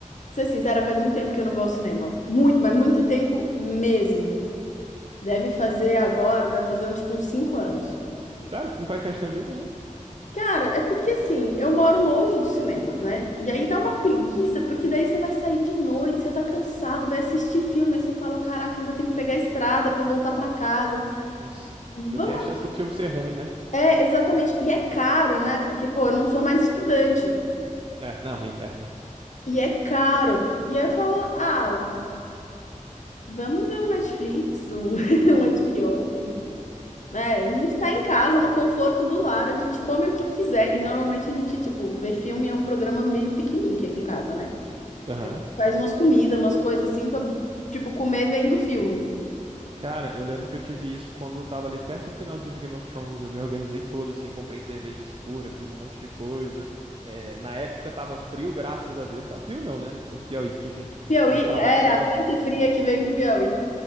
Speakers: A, on the left (about 65°); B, on the right (about 40°).
A: ser sincera, faz muito tempo que eu não vou ao cinema, muito, mas muito tempo mesmo, deve fazer agora, deve fazer, tipo, uns cinco anos.
B: Sério? Você não faz questão disso nenhum?
A: Cara, é porque assim, eu moro longe dos cinemas, né? E aí dá uma preguiça, porque daí você vai sair de noite, você tá cansado, vai assistir filme, aí você fala, caraca, ainda tem que pegar a estrada pra voltar pra casa.
B: Nossa,
A: Vamos.
B: ainda tem a chance do filme ser ruim, né?
A: É, exatamente. E é caro, né? Porque, pô, eu não sou mais estudante.
B: É, não, ent- é. é.
A: E é caro. E aí eu falo, ah, vamos ver um Netflix, um, <laughs> um HBO, né? A gente tá em casa, no conforto do lar, a gente come o que quiser. E normalmente a gente, tipo, ver filme é um programa meio piquenique aqui em casa, né?
B: <laughs> Aham.
A: Faz umas comidas, umas coisas assim pra, tipo, comer vem do filme.
B: Cara, eu lembro que eu tive isso quando eu tava ali perto do finalzinho de Game of Thrones. Eu me organizei todo, assim, comprei cerveja escura, fiz um monte de coisa. É, na época tava frio, graças a Deus. Tá frio não, né? Tô Piauí, enfim.
A: Piauí,
B: Mas tava,
A: é
B: tava,
A: a frente fria que vem do Piauí.